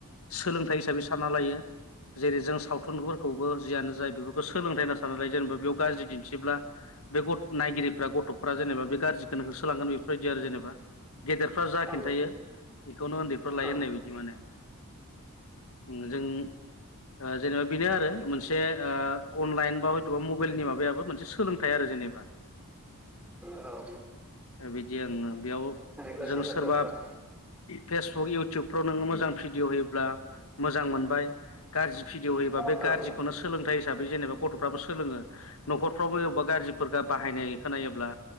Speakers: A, on the left; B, in the centre.
A: सोलोंथाइ हिसाबै सानना लायो। जेरै जों सावथुनफोरखौबो जियानो जाया बेफोरखौ सोलोंथाइ होनना सानना लायो। जेनेबा बेयाव गाज्रि बिबथिब्ला बे गथ नायगिरिफ्रा गथ'फ्रा जेनेबा बे गाज्रिखौनो होसोलांगोन बेफोरबायदि आरो जेनेबा गेदेरफ्रा जा खिन्थायो
B: औ
A: बेखौनो उन्दैफ्रा लायो
B: औ
A: होननाय बायदि माने। ओं जों ओ जेनेबा बेनो आरो मोनस बे ओ अनलान बा थ' बा मबाइलनि माबायाबो मोनसे सोलोंथाइ आरो जेनेबा।
B: औ
A: बिदि आङो बेयाव
B: गासै
A: जों
B: बाथ्राफ्रा
A: सोरबा फेसबुक इउटुबफ्राव नोङो मोजां भिडिय' होयोब्ला मोजां मोनबाय। गाज्रि भिडिअ' होयोबा बे
B: औ
A: गाज्रिखौनो सोलोंथाइ हिसाबै जेनेबा गथ'फ्राबो सोलोङो न'खरफ्रावबो बा गाज्रिफोरख बाहायनाय खोननायोब्ला